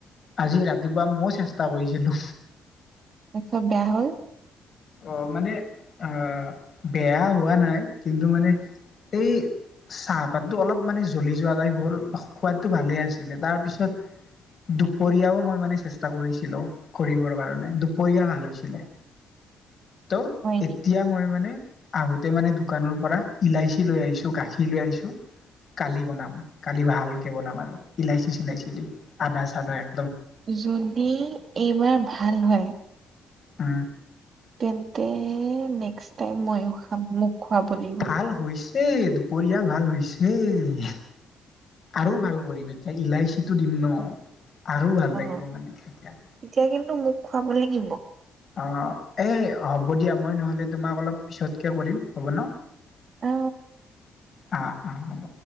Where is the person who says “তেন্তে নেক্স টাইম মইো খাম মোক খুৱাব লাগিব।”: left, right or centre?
Right